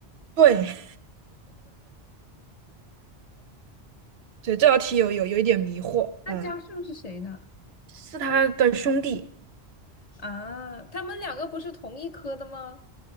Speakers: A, on the right (about 70°); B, on the left (about 40°).
A: 对对，这道题有有有一点迷惑，
B: 那江胜是谁呢？
A: 嗯，是他的兄弟，
B: 啊，他们两个不是同一科的吗？